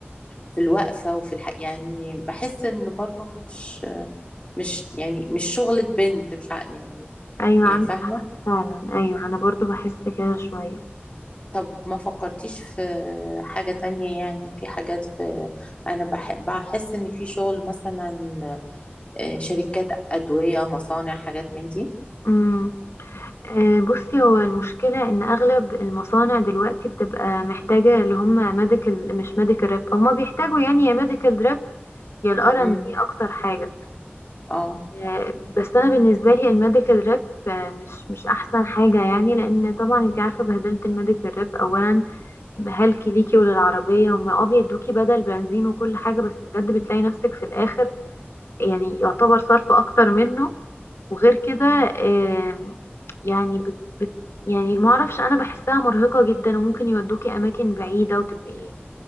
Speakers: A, on the left; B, on the left.
A: في الوقفة وفي الح... يعني بحس ان برضو مش مش يعني مش شغلة بنت مش ع- يعني
B: ايوه
A: يعني
B: عندك
A: فاهمة
B: حق فعلا ايوه انا برضو بحس كده شوية
A: طب ما فكرتيش في حاجة تانية يعني في حاجات في أنا بح- بحس إن في شغل مثلا آه، شركات أدوية مصانع حاجات من دي
B: امم آه، بصي هو المشكلة إن أغلب المصانع دلوقتي بتبقى محتاجة اللي هم ميديكال مش ميديكال ريب هما بيحتاجوا يعني يا ميديكال ريب يا الار
A: مم.
B: ان دي أكتر حاجة
A: اه
B: آه، بس أنا بالنسبة لي الميديكال ريب مش مش أحسن حاجة يعني لأن طبعا أنت عارفة بهدلة الميديكال ريب أولا بهلكي ليكي وللعربية هما اه بيدوكي بدل بنزين وكل حاجة بس بجد بتلاقي نفسك في الآخر يعني يعتبر صرف أكتر منه وغير كده آم، يعني بت بت يعني ما اعرفش انا بحسها مرهقة جدا وممكن يودوكي اماكن بعيدة وتبقي